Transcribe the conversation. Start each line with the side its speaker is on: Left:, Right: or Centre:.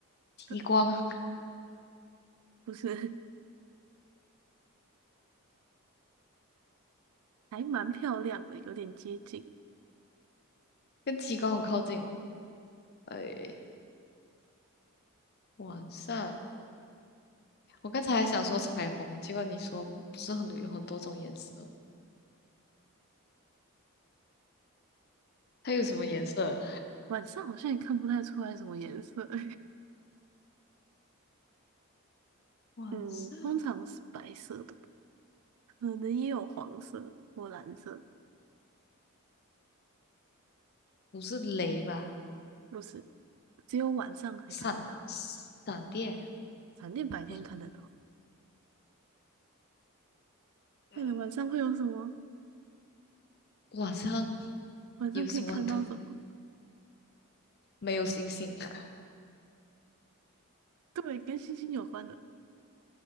Left: 极光啊，
Right: 对，不是，<laughs> 还蛮漂亮的，有点接近。
Left: 跟极光很靠近哦。哎，晚上，我刚才还想说彩虹，结果你说不是很多有很多种颜色，它有什么颜色？
Right: 对，晚上好像也看不太出来什么颜色。<laughs>
Left: 晚上
Right: 嗯，通常是白色的吧可能也有黄色或蓝色，
Left: 不是雷吧？
Right: 不是，只有晚上才看得到，
Left: 闪闪电？
Right: 闪电白天看得到。
Left: 不，嗯，
Right: 快点，晚上会有什么？
Left: 晚上
Right: 晚上可以看到什么？
Left: 有什么很特别？没有星星，<laughs>
Right: 对，跟星星有关的，